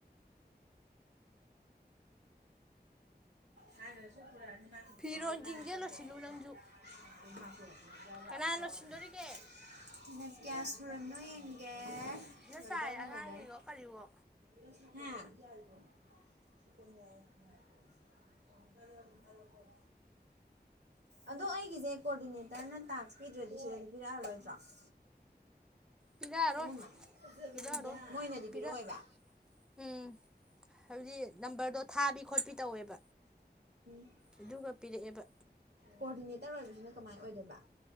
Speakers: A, on the right; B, in the centre.
A: ꯍꯥꯏꯗꯔꯁꯨ ꯄꯨꯔꯛꯑꯅꯤ ꯃꯥ <unintelligible>
B: ꯐꯤꯔꯣꯟꯁꯤꯡꯁꯦ ꯂꯣꯏꯁꯤꯜꯂꯨ ꯅꯪꯁꯨ ꯀꯅꯥ ꯂꯣꯏꯁꯤꯟꯗꯣꯔꯤꯒꯦ
A: ꯃꯤꯅꯠ ꯀꯌꯥ ꯁꯨꯔꯝꯅꯣ ꯌꯦꯡꯒꯦ
B: ꯐꯖꯅ
A: ꯂꯣꯏꯗꯧꯔꯦ
B: ꯆꯥꯏ ꯑꯉꯥꯡꯒꯤꯋꯣ
A: ꯂꯣꯏꯗꯧꯔꯦ
B: ꯀꯔꯤꯋꯣ
A: <unintelligible> ꯊꯀ <unintelligible> ꯑꯗꯣ ꯑꯩꯒꯤꯖꯦ ꯀꯣꯗꯤꯅꯦꯇꯔꯅ ꯇꯥꯛꯁ ꯄꯤꯗ꯭ꯔꯗꯤ ꯁꯤꯗ ꯄꯤꯔꯛꯑꯔꯣꯏ ꯆꯥꯛ <unintelligible>
B: ꯄꯤꯔꯛꯑꯔꯣꯏ
A: ꯏꯅꯝꯃ ꯐꯖꯕꯅꯤꯗ
B: ꯄꯤꯔꯛꯑꯔꯣꯏ
A: ꯃꯣꯏꯅꯗꯤ
B: ꯄꯤꯔꯛ
A: ꯄꯤꯔꯛꯑꯣꯏꯕ
B: ꯎꯝ ꯍꯥꯏꯕꯗꯤ ꯅꯝꯕꯔꯗꯣ ꯊꯥꯕꯤ ꯈꯣꯠꯄꯤ ꯇꯧꯋꯦꯕ
A: <unintelligible>
B: ꯑꯗꯨꯒ ꯄꯤꯔꯛꯑꯦꯕ
A: ꯀꯣꯑꯣꯗꯤꯅꯦꯇꯔ ꯑꯣꯏꯕꯁꯤꯅ ꯀꯃꯥꯏꯅ ꯑꯣꯏꯗꯣꯏꯕ